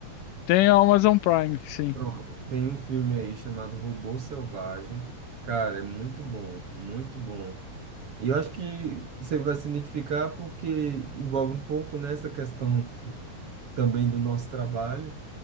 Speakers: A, on the left; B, on the right.
A: Tem a Amazon Prime, sim.
B: Pronto. Tem um filme aí chamado Robô Selvagem. Cara, é muito bom, muito bom. E eu acho que você vai se identificar porque envolve um pouco nessa questão também do nosso trabalho,